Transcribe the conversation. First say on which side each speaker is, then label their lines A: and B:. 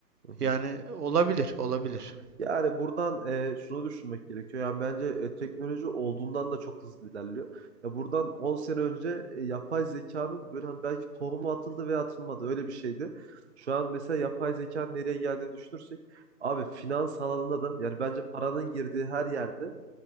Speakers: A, on the right; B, on the right.
A: Hı hı.
B: yani olabilir, olabilir.
A: Yani buradan e, şunu düşünmek gerekiyor. Yani bence e, teknoloji olduğundan da çok hızlı ilerliyor. Ya buradan 10 sene önce e, yapay zekanın böyle hani belki tohumu atıldı veya atılmadı öyle bir şeydi. Şu an mesela yapay zekanın nereye geldiğini düşünürsek abi finans alanında da yani bence paranın girdiği her yerde